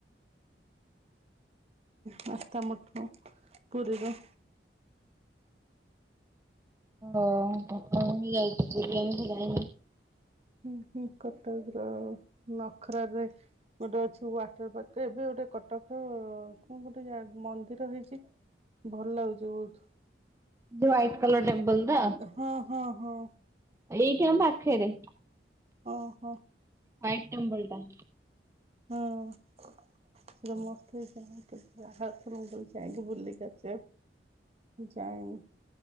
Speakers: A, on the right; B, on the right.
A: ମାତା ମଠ ପୁରୀର
B: ଓହୋ <unintelligible> ଯାଇନି
A: ହୁଁ ହୁଁ କଟକର ନଖରାରେ ଗୋଟେ ଅଛି ୱାଟର ପାର୍କ ଏବେ ଗୋଟେ କଟକ କଣ ଗୋଟେ ଜା ମନ୍ଦିର ହେଇଛି। <inaudible> ଲାଗୁଛି ବହୁତ
B: ଯୋଉ ୟାଇଟ କଲର ଟେମ୍ପଲ ଟା
A: ହଁ ହଁ ହଁ
B: ଏଇଠି ଆମ ପାଖେରେ
A: ଓହୋ
B: ହ୍ୱାଇଟ ଟେମ୍ପଲ ଟା
A: ଓ ଯୋଉ ମସ୍ତ ହେଇଚି <unintelligible> ହାତ <unintelligible> ବୁଲିକି ଆସେ ଯାଇନି